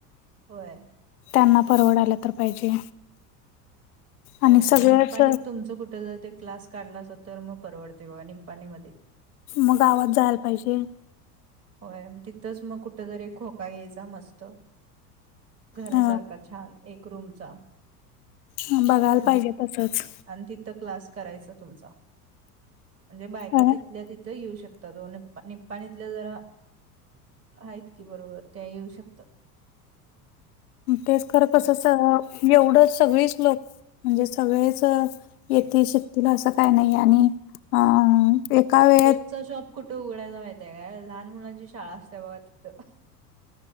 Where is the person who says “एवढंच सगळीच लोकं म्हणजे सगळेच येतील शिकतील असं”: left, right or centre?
Left